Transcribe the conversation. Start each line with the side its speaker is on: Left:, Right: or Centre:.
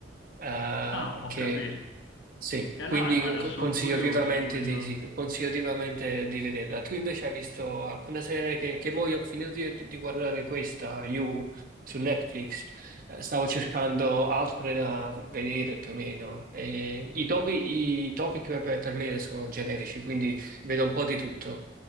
Right: eh,
Left: Ah, ho
Right: che
Left: capito.
Right: sì,
Left: E allora,
Right: quindi
Left: guarda,
Right: co-
Left: sono
Right: consiglio
Left: curioso,
Right: vivamente
Left: voglio...
Right: di, sì, consiglio vivamente di vederla. Tu invece hai visto alcune serie che, che mo io ho finito di, di guardare questa, You, su Netflix. Eh, stavo cercando altre da vedere più o meno. E i topi, i topic per, per me sono generici, quindi vedo un po' di tutto.